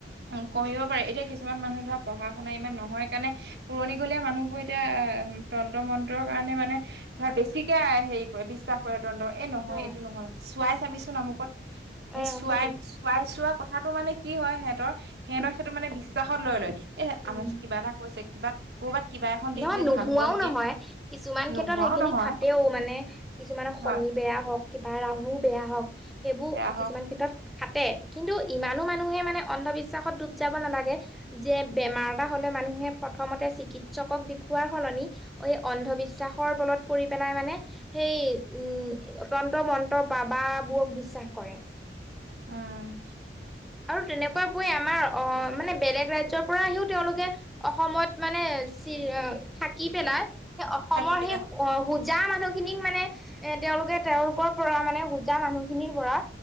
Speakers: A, on the right (about 70°); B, in the centre.
A: কৰিব পাৰে এতিয়া কিছুমান মানুহ ধৰা পঢ়া শুনা ইমান নহয় কাৰণে পুৰণিকলীয়া মানুহবোৰ এতিয়া আহ, তন্ত্ৰ মন্ত্ৰৰ কাৰণে মানে ধৰা বেছিকে হেৰি কৰে বিশ্বাস কৰে তন্ত এই নহয়
B: অ
A: এইটো নহয় চোৱাই চাবিচোন আমুকত
B: অ
A: চোৱাই,
B: সেইটোৱে
A: চোৱাই চোৱা কথাটো মানে কি হয় সেহঁতৰ সেহঁতৰ সেইটো মানে বিশ্বাসত লৈ লয় এহ,
B: উম
A: আমুকে কিবা এটা কৈছে কিবা কৰ'বাত কিবা এখন দি
B: নহয়
A: দিলে
B: নোহোৱাও
A: ভাল হ'ব নেকি
B: নহয়, কিছুমান
A: নোহোৱাও
B: ক্ষেত্ৰত সেইখিনি
A: নহয়
B: খাতেও মানে। কিছুমানৰ শনি
A: হয়
B: বেয়া হওঁক, কিবা ৰাহু বেয়া হওঁক সেইবোৰ
A: বেয়া হওক
B: কিছুমান ক্ষেত্ৰত খাটে, কিন্তু ইমানো মানুহে মানে অন্ধবিশ্বাসত ডুব যাব নালাগে। যে বেমাৰ এটা হ'লে মানুহে প্ৰথমতে চিকিৎ সকক দেখুওৱাৰ সলনি এই অন্ধবিশ্বাসৰ বলত পৰি পেলাই মানে সেই উম, তন্ত মন্ত বাবাবোৰক বিশ্বাস কৰে।
A: অ'।
B: আৰু তেনেকুৱাবোৰে আমাৰ অ', মানে বেলেগ ৰাজ্যৰ পৰা আহিওঁ তেওঁলোকে অসমত মানে চি থাকি পেলাই অসমৰ
A: থাকি পেলাই
B: সেই অ', হোজা মানুহখিনিক মানে এ, তেওঁলোকে, তেওঁলোকৰ পৰা মানে হোজা মানুহখিনিৰ পৰা